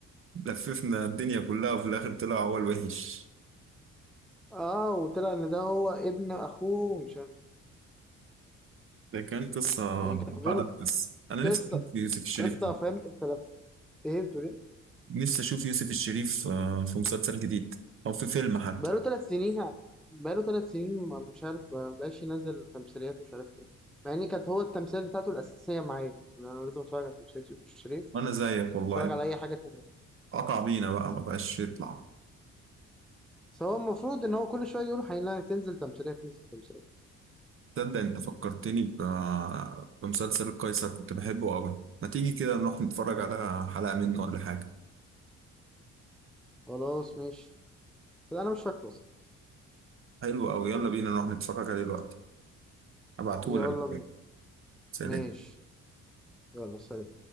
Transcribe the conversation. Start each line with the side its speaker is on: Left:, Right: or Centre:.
Right: لففنا الدنيا كلها وفي الآخر طلع هو الوحش
Centre: آه وطلع إن ده هو ابن أخوه ومش عارف إيه.
Right: ده كان قصة
Centre: يعني كانت
Right: بعدها
Centre: غير
Right: بس أنا نفسي
Centre: قصة
Right: أشوف يوسف الشريف
Centre: قصة فاهم أنت لو فهمت
Right: نفسي أشوف يوسف الشريف آه، في مسلسل جديد أو في فيلم حتى
Centre: بقاله ثلاث سنين يعني. بقاله ثلاث سنين ما- مش عارف ما بقاش ينزل تمثيليات مش عارف ايه مع ان كانت هو التمثيل بتاعته الاساسيه معايا يعني انا لازم اتفرج على تمثيليات يوسف الشريف
Right: وأنا زيك والله
Centre: اتفرج على اي حاجه تانية
Right: قطع بينا بقى ما بقاش يطلع
Centre: بس هو المفروض ان هو كل شويه يقول هينزل تنزل تمثيليه تنزل تمثيليه
Right: تصدق انت فكرتني ب... بمسلسل القيصر كنت بحبه قوي ما تيجي كده نروح نتفرج على حلقة منه ولا حاجة
Centre: خلاص ماشي انا مش فاكره اصلا
Right: حلو قوي يلا بينا نروح نتفرج عليه دلوقتي هبعتهولك
Centre: يلا بينا
Right: سلام
Centre: ماشي يلا سلام